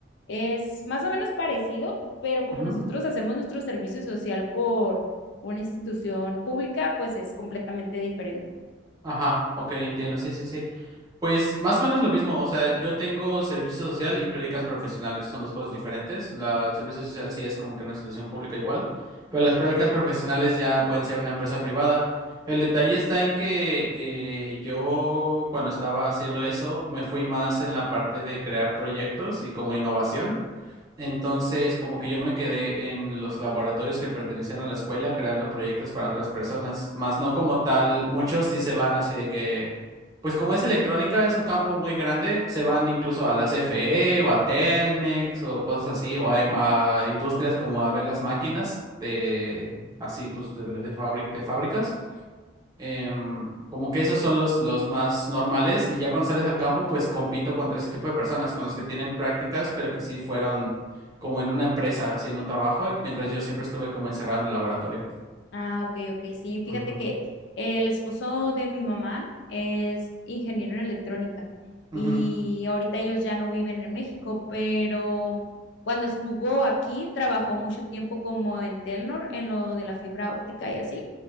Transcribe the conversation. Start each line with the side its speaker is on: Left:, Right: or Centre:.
Left: es más o menos parecido, pero como
Right: ujú.
Left: nosotros hacemos nuestro servicio social por una institución pública, pues es completamente diferente.
Right: Ajá, ok, entiendo, sí, sí, sí. Pues más o menos lo mismo, o sea, yo tengo servicio social y prácticas profesionales, son dos cosas diferentes. La, el servicio social sí es como que una institución pública igual, pero las prácticas profesionales ya pueden ser una empresa privada. El detalle está en que eh, yo cuando estaba haciendo eso me fui más en la parte de crear proyectos y como innovación. Entonces, como que yo me quedé en los laboratorios que pertenecían a la escuela creando proyectos para otras personas, más no como tal, muchos sí se van así de que, pues como es electrónica, es un campo muy grande, se van incluso a la CFE o a Telmex o cosas así, o a, a industrias como a ver las máquinas de, así pues de, la- de fabri- de fábricas. Em, como que esos son los, los más normales y ya cuando sales al campo, pues compito contra ese tipo de personas, con los que tienen prácticas, pero que sí fueron como en una empresa, haciendo un trabajo, mientras yo siempre estuve como encerrado en el laboratorio.
Left: Ah, ok, ok, sí. Fíjate
Right: Ujú,
Left: que el esposo de mi mamá es ingeniero en electrónica y
Right: ujú,
Left: ahorita ellos ya no viven en México, pero cuando estuvo aquí trabajó mucho tiempo como en Telnor, en lo de la fibra óptica y así.